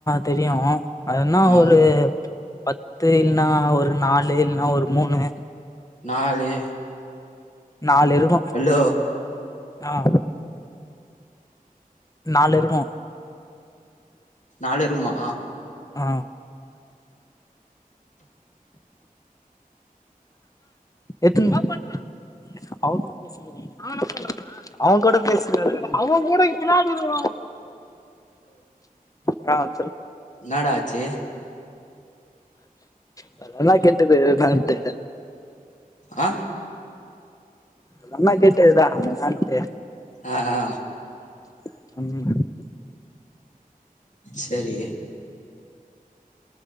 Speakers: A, on the left; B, on the left.
A: தெர்யு அதுனா
B: ஆ
A: ஒரு பத் து இல்ன்னா ஒரு நாலு இல்ன்னா ஒரு மூணு
B: நாலு
A: நாலு இருக்கு
B: ஹலோ
A: ஆ நாலு இருக்கு
B: அலருமா
A: ஆ எத்துன் எதா ஒரு <unintelligible> அவ கூட பேசுல இவ்ரு அ
B: ன்னாடா ஆச்சு
A: வர்தானா கேட்டது நான்ட்டு
B: ஆ
A: அந் அண்ணா கேட்டதுதா அண்ணான்ட்டு
B: ஆ ஆ
A: அம்மு
B: செரி